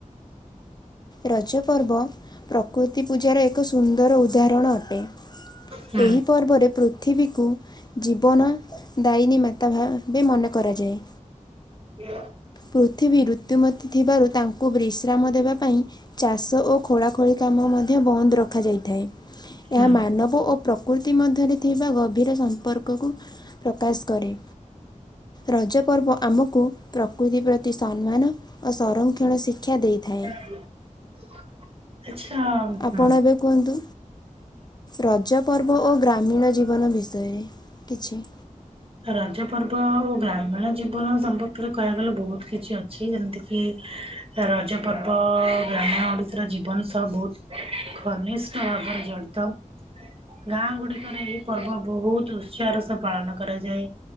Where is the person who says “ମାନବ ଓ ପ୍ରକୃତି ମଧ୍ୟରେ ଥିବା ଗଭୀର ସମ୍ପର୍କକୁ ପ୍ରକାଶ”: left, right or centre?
Left